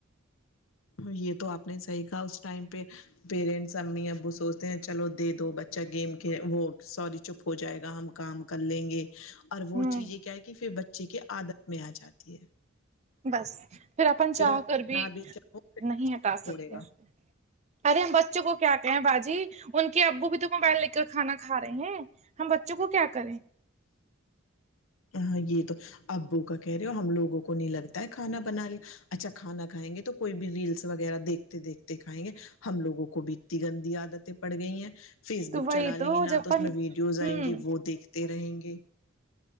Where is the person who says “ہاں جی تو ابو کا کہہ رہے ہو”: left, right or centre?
Left